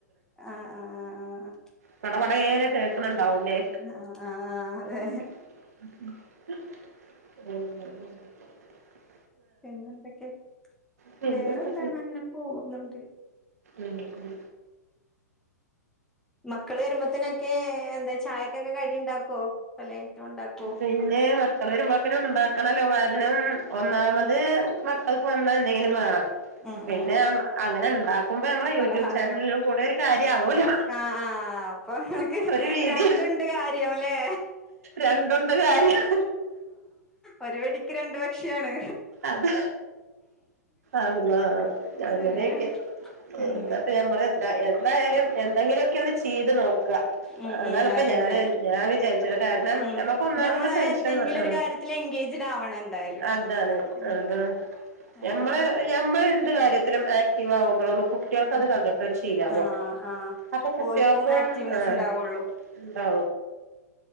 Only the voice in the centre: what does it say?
ആ ആ ആ ആ
ആഹ് ആഹ് ആഹ് അതെ
പിന്നെന്തൊക്കെ
വേറെന്താണ് അങ്ങനെ പോകുന്നുണ്ട്
മക്കള് വരുമ്പോത്തനൊക്കെ എന്താ ചായക്കൊക്കെ കടി ഉണ്ടാക്കുവോ പല ഇണ്ടാക്കോ
ഉം
ഉം
ഉം
പലഹാരങ്ങൾ
ആഹ് ആഹ് അപ്പൊ ഇങ്ങൾക്ക്
രണ്ടുണ്ട് കാര്യം ല്ലേ
ഒരു വെടിക്ക് രണ്ട് പക്ഷിയാണ്
ശരിയാ ഉം
ഉം
ഉം അതന്നെ
ഉം
ഞമ്മള്
എന്തെങ്കിലും
ഒരു കാര്യത്തിൽ എൻഗേജ്ഡ് ആവണം എന്തായാലും
ഉം
അല്ലെങ്കി
ഉം
ആഹ് ആഹ്
ഓൽക്കും ആക്റ്റീവ്നെസ്
ഉണ്ടാവുള്ളൂ